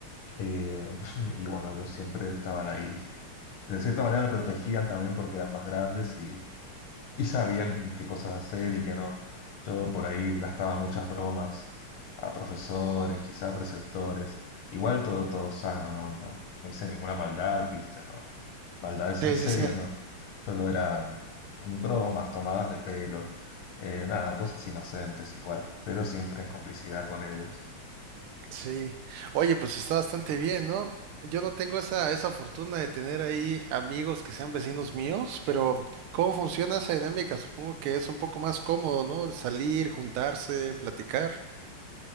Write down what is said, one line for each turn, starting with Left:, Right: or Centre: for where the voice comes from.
Left: eh, <laughs> y bueno, ellos siempre estaban ahí de cierta manera me protegían también porque eran más grandes y, y sabían qué cosas hacer y qué no. Yo por ahí gastaba muchas bromas a profesores, quizá a preceptores. Igual todo, todo sano, no, no, no hice ninguna maldad, ¿viste? No, maldades
Right: Sí,
Left: en serio,
Right: sí, sí.
Left: no. Solo eran bromas, tomadas de pelo, eh, nada, cosas inocentes igual, pero siempre en complicidad con ellos.
Right: Sí. Oye, pues está bastante bien, ¿no? Yo no tengo esa, esa fortuna de tener ahí amigos que sean vecinos míos, pero ¿cómo funciona esa dinámica? Supongo que es un poco más cómodo, ¿no? De salir, juntarse, platicar.